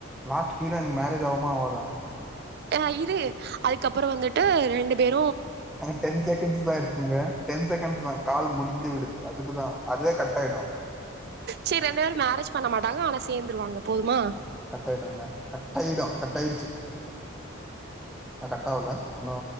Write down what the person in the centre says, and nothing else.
லாஸ்ட்டு கீரன் மேரேஜ் ஆகுமா ஆவாதா
அங்க டென் செகண்ட்ஸ் தா இருக்குங்க டென் செகண்ட்ஸ் தா கால் முடிஞ்சு விடுது அதுக்குதா அதுவே கட்டாயிடு
அ கட்டாயிடுங்க கட்டாயிடும் கட்டாயிடுச்சு அ கட்டாவல ஒன்னு